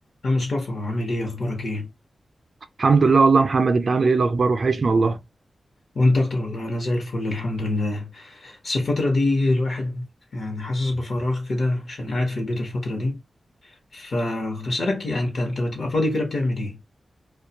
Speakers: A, on the left; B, on the right.
A: يا مصطفى عامل ايه اخبارك ايه
B: الحمد لله والله يا محمد انت عامل ايه الاخبار وحشني والله
A: وانت اكتر والله انا زي الفل الحمد لله بس الفترة دي الواحد يعني حاسس بفراغ كده عشان قاعد في البيت الفترة دي فكنت بسألك يعني انت انت بتبقى فاضي كده بتعمل ايه